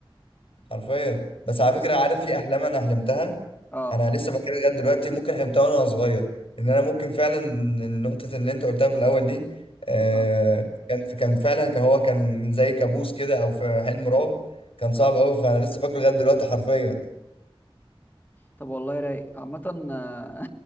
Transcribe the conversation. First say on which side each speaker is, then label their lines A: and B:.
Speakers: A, on the left; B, on the left.
A: حرفيا بس على
B: بس
A: فكرة عارف في أحلام أنا حلمتها
B: اه
A: أنا لسه فاكرها لغاية دلوقتي ممكن حلمتها وأنا صغير إن أنا ممكن فعلا النقطة اللي أنت قلتها في الأول دي آه
B: اه
A: كان كان فعلا كان هو كان زي كابوس كده أو في حلم رعب كان صعب
B: اه
A: أوي فأنا لسه فاكره لغاية دلوقتي حرفيا
B: طب والله رايق عامة آه،